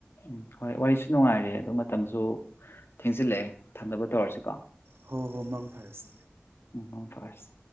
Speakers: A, on the left; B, on the right.
A: ꯎꯝ ꯍꯣꯏ ꯋꯥꯔꯤꯁꯨ ꯅꯨꯡꯉꯥꯏꯔꯦ ꯑꯗꯨ ꯃꯇꯝꯁꯨ ꯊꯦꯡꯖꯤꯜꯂꯛꯑꯦ ꯊꯝꯅꯕ ꯇꯧꯔꯁꯤꯀꯣ
B: ꯍꯣ ꯍꯣ ꯃꯥꯡ ꯐꯔꯥꯁꯦ
A: ꯃꯪꯄꯥꯔꯁꯦ